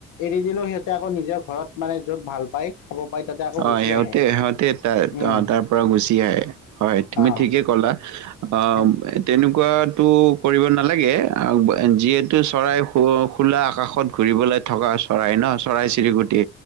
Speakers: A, on the left (about 85°); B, on the right (about 70°).
A: এৰি দিলেওঁ সিহঁতে আকৌ, নিজৰ ঘৰত মানে য'ত ভাল পাই খাব পাই। তাতে আকৌ
B: অ',
A: গুচি
B: সিহঁতে,
A: আহে
B: সিহঁতে ত', তাৰ
A: উম।
B: অ' তাৰ পৰা গুচি আহে। হয়', তুমি
A: অ',
B: ঠিকে ক'লা। অ',
A: এন
B: তেনেকুৱাটো কৰিব নালাগে, যিহেতু চৰাই খোলা আকাশত ঘূৰিবলৈ থকা চৰাই ন' চৰাই-চিৰিকুটি